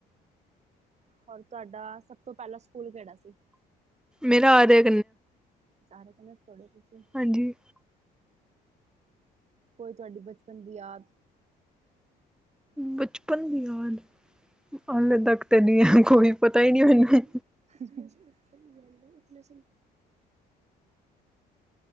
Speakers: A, on the right; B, in the centre.
A: ਹੋਰ ਤੁਹਾਡਾ ਸਭ ਤੋਂ ਪਹਿਲਾਂ ਸਕੂਲ ਕਿਹੜਾ ਸੀ?
B: ਮੇਰਾ ਆ ਰ
A: ਸਾਰੇ ਕਹਿੰਦੇ ਪੜੋ ਤੁਸੀਂ।
B: ਹਾਂਜੀ।
A: ਕੋਈ ਤੁਹਾਡੀ ਬਚਪਨ ਦੀ ਯਾਦ।
B: ਬਚਪਨ ਦੀ ਯਾਦ, ਹਾਲੇ ਤੱਕ ਤੇ ਨਹੀਂ ਆ ਕੋਈ ਪਤਾ ਹੀ ਨਹੀਂ ਮੈਨੂੰ।
A: ਦਾ ਉਪਸ